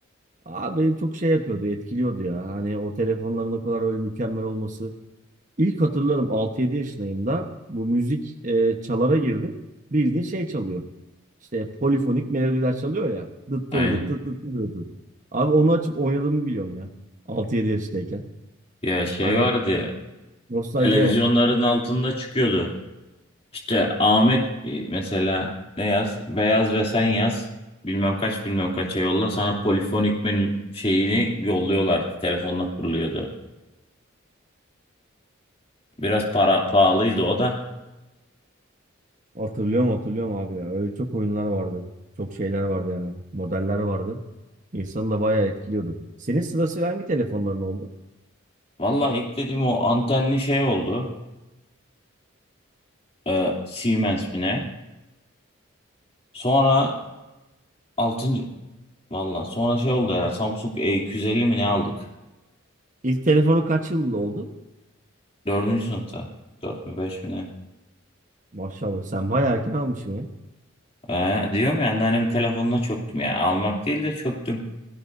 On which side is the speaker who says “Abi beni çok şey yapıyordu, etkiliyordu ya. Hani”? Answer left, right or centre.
Right